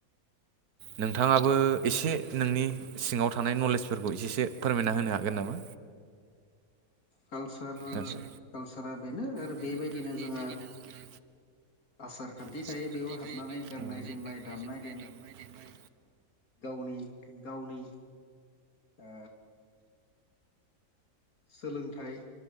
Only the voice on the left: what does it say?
कालसार
कालसारा बेनो आरो
बेबायदिनो
जोंहा
आसार खान्थि
थायो
बेयाव हाबनानै
गाननाय
जोमनाय दामनाय
गनि गावनि ओ सोलोंथाइ